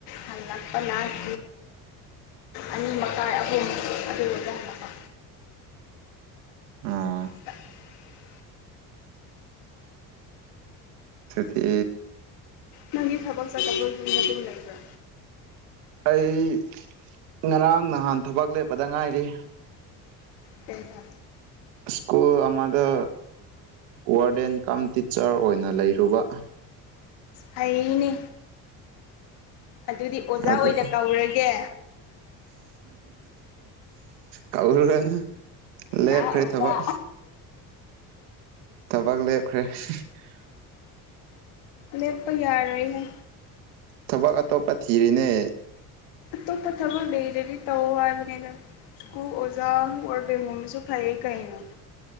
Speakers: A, on the left; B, on the right.
A: ꯍꯥꯏ ꯜ ꯂꯛꯄꯅꯜ ꯑꯅꯤ ꯃꯈꯥꯏ ꯑꯍꯨꯝ ꯑꯗꯨ ꯑꯣꯏꯗ ꯍꯜꯂꯛꯄ
B: ꯑꯣ
A: <unintelligible>
B: ꯗꯤ
A: ꯅꯅꯤꯒꯤ ꯊꯕ ꯆꯖꯕ ꯅꯒ ꯂꯥꯏꯕ
B: ꯑꯩ ꯉꯔꯥꯡ ꯅꯍꯥꯟ ꯊꯕꯛ ꯂꯦꯞꯄꯗ ꯉꯥꯏꯔꯤ
A: ꯄꯁ
B: ꯏꯁꯀꯨꯜ ꯑꯗ ꯋꯥꯔꯗ ꯑꯦꯟ ꯀꯝ ꯇꯤꯆꯔ ꯑꯣꯏꯅ ꯂꯩꯔꯨꯕ
A: ꯑꯅꯤ ꯑꯗꯨꯗꯤ ꯑꯣꯖꯥ
B: ꯑꯗꯨ
A: ꯑꯣꯏꯅ ꯀꯧꯔꯒꯦ
B: ꯀꯥꯎꯔ ꯍꯥꯏꯅ ꯂꯦꯞꯈ꯭ꯔꯦ
A: ꯗꯥ ꯑꯣꯖꯥ
B: ꯊꯕꯛ ꯊꯕꯛ ꯂꯦꯞꯈ꯭ꯔꯦ <unintelligible>
A: ꯂꯦꯞꯄ ꯌꯥꯔꯣꯏꯅꯦ
B: ꯊꯕꯛ ꯑꯇꯣꯞꯄ ꯊꯤꯔꯤꯅꯦ
A: ꯇ ꯄꯊꯔ ꯂꯩꯗꯦꯅꯤ ꯇ ꯍꯥꯏꯕꯅꯤꯒ ꯁ꯭ꯀꯨꯜ ꯑꯣꯖꯥ ꯑꯣꯏꯔ ꯦꯡꯒꯣꯕꯁꯨ ꯐꯩꯌꯦ ꯀꯩꯅꯣ